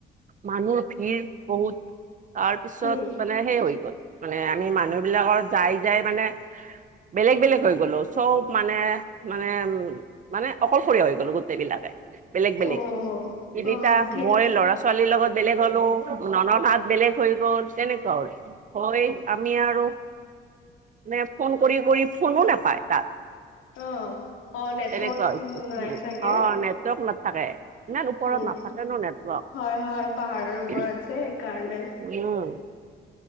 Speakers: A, on the right; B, on the left.
A: মানুহ ভিৰ বহুত তাৰ পিছত
B: উম
A: মানে সেই হৈ গ'ল মানে আমি মানুহ বিলাকৰ যাই যাই মানে বেলেগ বেলেগ হৈ গ'লো চব মানে মানে উ মানে অকলশৰীয়া হৈ গলো গোটেই বিলাকে বেলেগ বেলেগ
B: অ
A: তিনিটা
B: অ ধেই
A: মই ল'ৰা ছোৱালীৰ লগত বেলেগ হ'লো ননৰ হাত বেলেগ হৈ গ'ল তেনেকুৱা হ'ল হয় আমি আৰু মানে ফোন কৰি কৰি ফোনো নোপায় তাত
B: অ অ নেটৱৰ্ক
A: তেনেকুৱা হৈছে
B: নাই চাগে
A: অ নেটৱৰ্ক নাথাকে এনে ওপৰত
B: উম
A: নাথাকে ন নেটৱৰ্ক
B: হয় হয় পাহাৰৰ ওপৰত যে সেইকাৰণে
A: উম